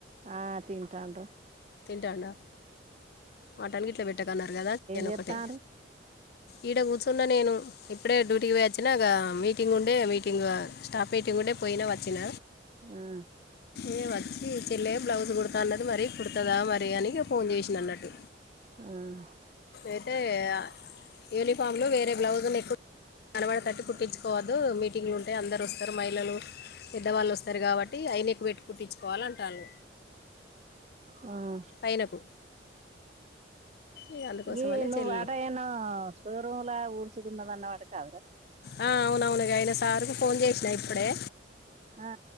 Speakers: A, on the right; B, on the left.
A: ఆ తింటాండ్ర
B: తింటాడా మటన్ గిట్లా పెట్టకన్నారు కదా చికనొక్కటే
A: చేత్తాండ్రు
B: ఈడ కూర్చు తూన్న నేను ఇప్పుడే డ్యూటీకి పోయొచ్చిన గా మీటింగ్ ఉండే మీటిం ఇగ స్టాప్ మిటింగుండె పోయినా వచ్చిన
A: ఆ
B: ఏ వచ్చి చెల్లె బ్లౌజు గుడత్ తా అన్నది మరీ కుడుతదా మరి అని ఇగ ఫోన్ చేశ్ నన్నట్టు
A: ఆ
B: అయితే ఆ యూనిఫామ్లు వేరే బ్లౌజ్ లు నెక్కు <inaudible> కనపడెతట్టు కుట్టిచ్చుకోవద్దూ మీటింగ్లుటయి అందరు వస్త్ తరు మహిళలు పెద్దవాళ్ళొస్తరు గాబట్టీ హై నెక్కు పెట్టి కుట్టిచ్చుకోవాలంటాన్లు.
A: ఆ ఆ
B: పైనకు ఇక అందుకోసమనే
A: ఈ నువ్వు
B: చెల్లి
A: అటా ఏడ్నో స్టోర్ రూమ్ లా ఊడ్చుడున్నద అన్నవట కదరా.
B: ఆ అవునవును గాయన సారుకు ఫోన్ చేశినా ఇప్పుడే.
A: ఆ,